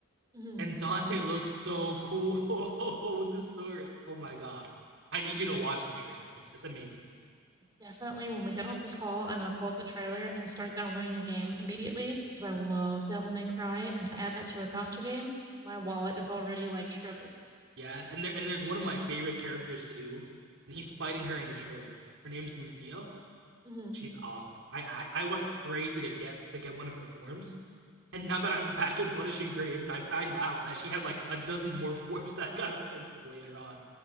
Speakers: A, on the right; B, on the right.
A: Mhm.
B: and Dante looks so cool <laughs> with his sword. Oh my god. I need you to watch the trailer. It's it's amazing.
A: Definitely when we get off this call, I'm going to pull up the trailer and start downloading the game immediately because I love Devil May Cry. And to add that to a gotcha game, my wallet is already like shriveling.
B: Yes, and there and there's one of my favorite characters too, and he's fighting her in the trailer. Her name's Lucia.
A: hmm
B: She's awesome. I I, I went crazy to get to get one of her forms. And now that I'm back in Punishing Grave, I find out that she has like a dozen more <laughs> forms that I gotta pull for later on.